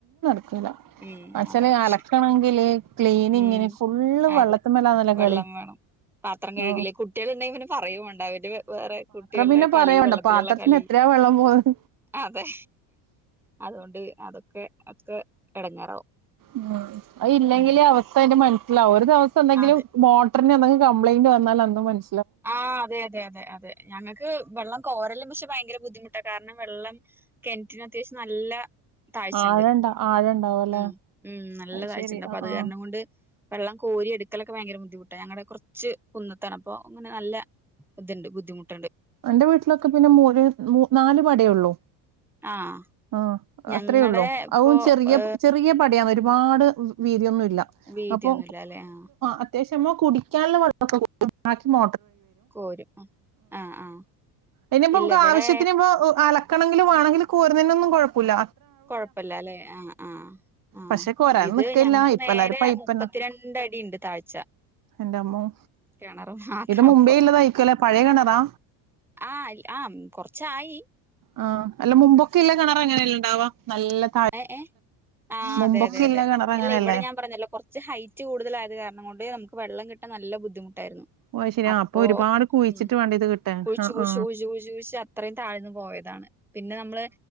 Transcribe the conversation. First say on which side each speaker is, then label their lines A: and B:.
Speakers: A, on the right; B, in the centre.
A: പടച്ചോനെ
B: ഉം അതാ പ്രശ്നം
A: അലക്കണങ്കില് ക്ലീനിങ്ങിന്
B: ഉം
A: ഫുള്ള് വള്ളത്ത്മ്മലാണല്ലോ
B: അതെ വെള്ളം
A: കളി
B: വേണം പാത്രം കഴുകില്
A: ആ
B: കുട്ടികളുണ്ടെങ്കി പറയും വേണ്ട അവര് വേറെ കുട്ടികളുടെ
A: പിന്നെ
B: കളി
A: പറയണ്ട
B: വെള്ളത്തിലുള്ള
A: പാത്രത്തിന്
B: കളി
A: എത്രയാ വെള്ളം പോകുന്നത്
B: അതെ അതുകൊണ്ട് അതൊക്കെ ഒക്കെ എടങ്ങേറാവും
A: ഉ അത് ഇല്ലെങ്കിലേ
B: ഉം
A: അവസ്ഥ അയ്ന്റെ മന ലാവു ദിവസം എന്തെങ്കിലും
B: അതെ
A: മോ ട്ടറിന് എന്തെങ്കിലും കംപ്ലൈന്റ് വന്നാലന്ന് മനു
B: ആ അതെ അതെ അതെ അതെ ഞങ്ങക്ക് വെള്ളം കോരലും പക്ഷെ ഭയങ്കര ബുദ്ധിമുട്ടാ കാരണം വെള്ളം കിണറ്റി ന് അത്യാവശ്യം നല്ല താഴ്ച്ചണ്ട്
A: ആഴണ്ട ആഴണ്ടാവും അല്ലെ
B: ഉ ഉം നല്ല
A: അത്
B: താഴ്ച്ചണ്ട്
A: ശരി
B: അപ്പൊ
A: ആ
B: അത്
A: ആ
B: കാരണം കൊണ്ട് വെള്ളം കോരി എടുക്കലൊക്കെ ഭയങ്കര ബുദ്ധിമുട്ടാ ഞങ്ങള് കുറച്ച് കുന്നത്താണ് അപ്പൊ അങ്ങനെ നല്ല ഇതുണ്ട് ബുദ്ധിമുട്ട്
A: എന്റെ വീട്ടിലൊക്കെ പിന്നെ മൂന്ന് നാല് പടിയുള്ളൂ
B: ആഹ്
A: ആ
B: ഞങ്ങടെ
A: അത്രേ ഉള്ളൂ
B: ഇപ്പൊ
A: അുതും ചെറിയ
B: ഏ
A: ചെറിയ പടിയാന്ന് ഒരു ഒരുപാട് വീതിയൊന്നും ല്ല
B: വീതിയൊന്നുല്ല
A: അപ്പൊ
B: അല്ലെ ആ
A: അത്യാവശ്യം മ്മ കുടിക്കാനുള്ള വെള്ളൊക്കെ കിട്ടും
B: കോരും ആഹ് ആഹ്
A: അയ്നിപ്പോ നമുക്ക്
B: ഇല്ല ഇവിടെ
A: ആവര്യത്തിന് പ്പൊ അല ണെങ്കില് വേണെങ്കില് കുഴപ്പുല്ല
B: കൊഴപ്പല്ല അല്ലെ ആഹ ആഹ് ആഹ
A: പക്ഷെ കോരാൻ
B: ഇത്
A: നിക്കല്ല
B: ഞങ്ങക്ക്
A: ഇപ്പ
B: നേരെ
A: എല്ലാരും പൈപ്പന്നെ
B: മുപ്പത്തിരണ്ടടിണ്ട് താഴ്ച
A: എന്റമ്മോ
B: കെണറ മാത്ര
A: ഇത് മുമ്പേ
B: അപ്പൊ
A: ഇല്ലതായിരിക്കുംല്ലേ പഴയ കിണറാ
B: ആ ആ കൊർച്ചായി
A: ആ അല്ല മുമ്പൊക്കെല്ല കെണറങ്ങനെയെല്ല ഉണ്ടാവാ നല്ല താഴ്
B: ഏ ഏ ആ്
A: മുമ്പൊക്കെ
B: അതെ അതെ അതെ
A: കിണർ അങ്ങനെയല്ലേ
B: ഇല്ല ഇവിടെ ഞാൻ പറഞ്ഞല്ലോ കുറച്ച് ഹൈറ്റ് കൂടുതലായത് കാരണം ഓണ്ട് നംക്ക് വെള്ളം കിട്ടാൻ നല്ല ബദ്ധിമു <inaudible> യിരുന്നു.
A: ഓ അത് ശരി
B: അപ്പോ
A: ആ അപ്പൊ ഒരുപാട് കുഴിച്ചിട്ട്
B: ഉം.
A: വേണ്ട ഇത് കിട്ടാൻ
B: കുയിച്ചു
A: ആ
B: കുയി
A: ആ
B: കുഴിച്ചു കുഴിച്ചു കുഴിച്ചു അത്രയും താഴ്ന്ന് പോയതാണ് പിന്നെ നമ്മള്്